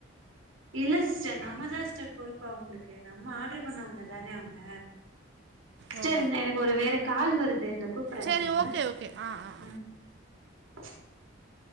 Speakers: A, on the right; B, on the right.
A: இல்ல சிஸ்டர் நம்மதான் சி்ஸ்டர் பொறுப் இப்ப உங்களுக்கு நம்ம ஆர்டரு பண்ணவங்க தானே அவங்க
B: ஓ,
A: சரி இந்த எனக்கு ஒரு வேற கால் வருது இந்த கூப்பிறே
B: சரி
A: இருங்க
B: ஓகே ஓகே ஆ ஆ ஆ.
A: உம் <inaudible>